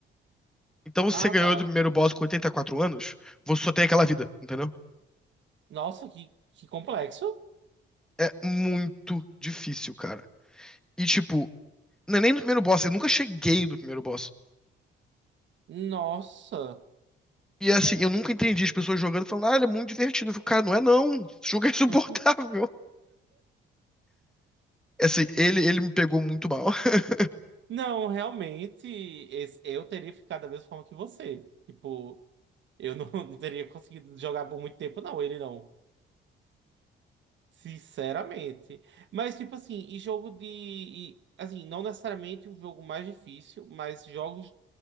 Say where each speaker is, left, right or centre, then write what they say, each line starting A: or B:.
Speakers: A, in the centre; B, on the right.
A: Então, se
B: Ah,
A: você ganhou
B: tá.
A: do primeiro boss com 84 anos, você só tem aquela vida, entendeu?
B: Nossa, que, que complexo.
A: É muito difícil, cara. E, tipo, não é nem no primeiro boss, eu nunca cheguei no primeiro boss.
B: Nossa.
A: E, assim, eu nunca entendi as pessoas jogando e falando, ah, ele é muito divertido. Eu fico, cara, não é não. Esse jogo é <laughs> insuportável.
B: <laughs>
A: É Assim, ele, ele me pegou muito mal. <laughs>
B: Não, realmente, esse- eu teria ficado da mesma forma que você. Tipo, eu não, <laughs> não teria conseguido jogar por muito tempo, não, ele não. Sinceramente. Mas, tipo assim, e jogo de. e, assim, não necessariamente o jogo mais difícil, mas jogos